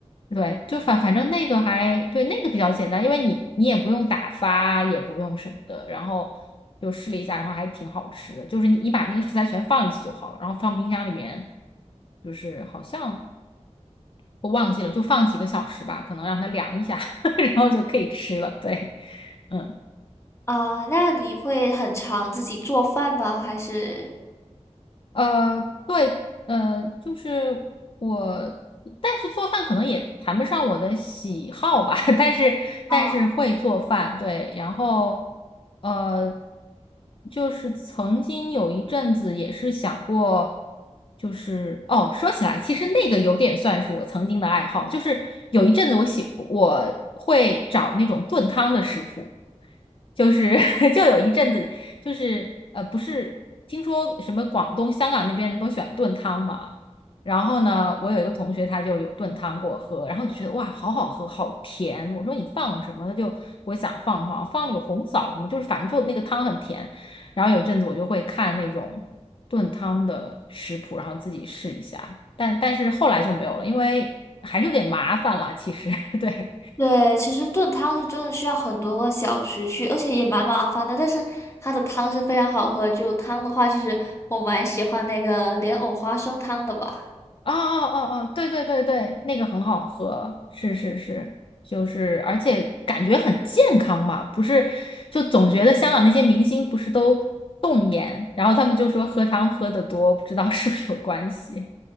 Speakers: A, on the left; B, on the left.
A: 对，就反反正那个还对那个比较简单，因为你你也不用打发，也不用什么的，然后就试了一下，然后还挺好吃的。就是你你把那个食材全放一起就好了，然后放冰箱里面，就是好像我忘记了，就放几个小时吧，可能让它凉一下，<laughs> 然后就可以吃了。对，嗯。
B: 啊，那你会很常自己做饭吗？还是？
A: 呃，对，呃，就是我，但是做饭可能也谈不上我的喜好吧，<laughs> 但是但是会做饭，
B: 啊，
A: 对，然后呃，就是曾经有一阵子也是想过，就是哦，说起来，其实那个有点算是我曾经的爱好，就是有一阵子我喜我会找那种炖汤的食谱。就是 <laughs> 就有一阵子，就是呃，不是听说什么广东、香港那边人都喜欢炖汤嘛？然后呢，我有一个同学他就有炖汤给我喝，然后就觉得哇，好好喝，好甜。我说你放了什么？他就给我想放什么，放了有红枣什么，就是反正就那个汤很甜。然后有一阵子我就会看那种炖汤的食谱，然后自己试一下。但但是后来就没有了，因为还是有点麻烦啦，其实，<laughs> 对。
B: 对，其实炖汤是真的需要很多个小时去，而且也蛮麻烦的。但是它的汤是非常好喝，就汤的话，其实我蛮喜欢那个莲藕花生汤的吧。
A: 哦哦哦哦，对对对对，那个很好喝，是是是，就是而且感觉很健康嘛，不是，就总觉得香港那些明星不是都冻颜，然后他们就说喝汤喝得多，不知道 <laughs> 是不是有关系，